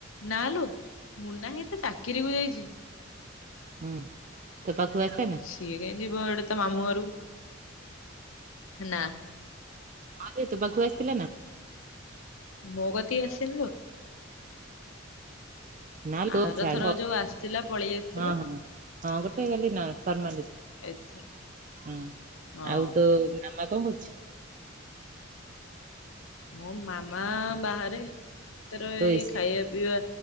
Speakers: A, on the left (about 90°); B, on the right (about 40°).
A: ନାଲୋ ମୁନା ଭାଇ ତାଚାକିରିକୁ ଯାଇଚି।
B: ହୁଁ ତୋପାଖକୁ ଆସେନା?
A: ସିଏ କାହିଁକି ଯିବ ଏଡ଼େ ତାମାମୁଁ ଘରକୁ ନା।
B: ହଁ ସେ ତୋପାଖକୁ ଆସିଥିଲାନା?
A: ମୋକତିକି ଆସିନିଲୋ।
B: ନା <unintelligible>
A: ଆରଥର ଯୋଉ ଆସିଥିଲା ପଳେଇ ଆସିଥିଲା
B: ହଁ ହଁ ହଁ ଗୋଟେ ଗଲି ନା ଫର୍ମାଲିଟି
A: ଏଥର
B: ହୁଁ
A: ହଁ।
B: ଆଉ ତୋ ମାମା କଁ କରୁଚି?
A: ମୋ ମାମା ବାହାରେ ତାର
B: ତୋ
A: ଏଇ
B: ଏସି
A: ଖାଇବା ପିଇବା